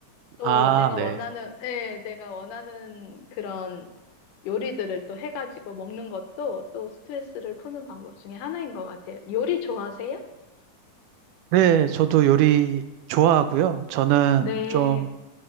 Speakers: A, on the left; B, on the right.
A: 또
B: 아,
A: 내가
B: 네.
A: 원하는, 예, 내가 원하는 그런 요리들을 또 해가지고 먹는 것도 또 스트레스를 푸는 방법 중에 하나인 것 같아요. 요리 좋아하세요?
B: 네, 저도 요리 좋아하고요. 저는
A: 네.
B: 좀